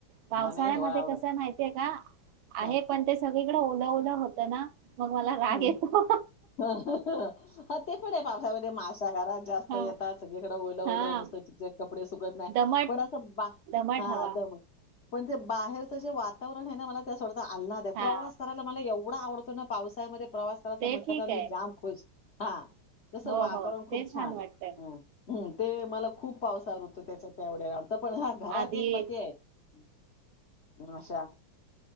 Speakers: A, on the right; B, on the left.
A: पावसाळ्यामध्ये
B: मला नाही हिवाळा आवडत
A: कस माहितीये का आहे
B: हा
A: पण ते सगळीकडे ओल ओल होत ना
B: <inaudible>
A: मग मला राग येतो
B: ह म ह ते पण पावसामध्ये माशा घरात जास्त
A: हा
B: येतात सगळीकडें ओलं
A: हा
B: ओलं नुसत कपडे सुकत नाही
A: दमट
B: पण असं बा
A: दमट
B: हा
A: हवा
B: दम पण ते बाहेरचं जे वातावरण आहे ना मला त्या आल्हाद
A: हा
B: प्रवास करायला मला एव एवढा आवडतो ना पाऊस त्यामध्ये प्रवास करायच
A: ते
B: म्हटलं
A: ठीक
B: का
A: आहे
B: मी जाम खुश हा तसं
A: हो
B: वातावरण
A: हो ते
B: खूप छान
A: वाटतय
B: अ हम् ते मला खूप पावसावर होतो त्याच्या त्यावढ्या तर पण हा घरात
A: आधी
B: एक बाकी आहेत माश्या